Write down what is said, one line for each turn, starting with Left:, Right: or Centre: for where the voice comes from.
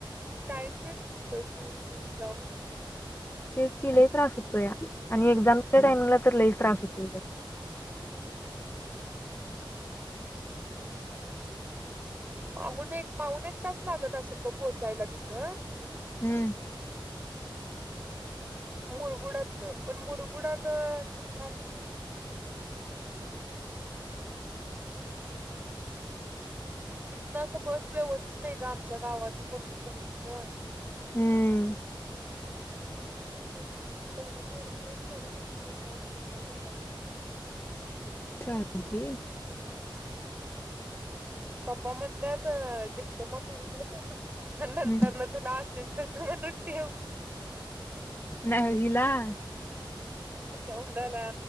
Right: टाईम वेस्ट होतोय थोडं येऊंन जाऊंन.
Left: तेचं की लई त्रांस होतो यां आणि एक्झांमच्या टाइमिंगला तरं लईच त्रांस होतोय.
Right: पाहूने पाऊंन एक तांस लागतं असेल गं पोहोचांयला तिथं,
Left: हम्मं
Right: मुंरगुडातलं पणं मुंरगुडात यांयला पाहिजे. तिथनं असं बसं व्यवस्थित नाहीं गं आमच्यां गावांतन मुंरगुडी पर्यंत.
Left: हम्मं
Right: त्याचंच की पहिले थोडे दिवसं करूं देेतं येऊंन जाऊंन नंतर बघांयल मंग.
Left: खांती दे
Right: पप्पां म्हणत्यांत डिप्लोमा करूं देतं नंतर
Left: हम्म
Right: नं तुलां असेच <inaudible> <unintelligible>
Left: नळजिलां
Right: असां अवं दानां